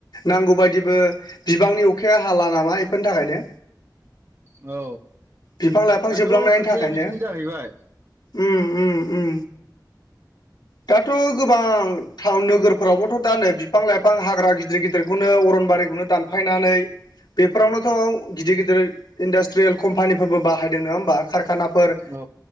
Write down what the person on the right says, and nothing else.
औ
दानोथ'
खोथाया
बिदिनो जाहैबाय
औ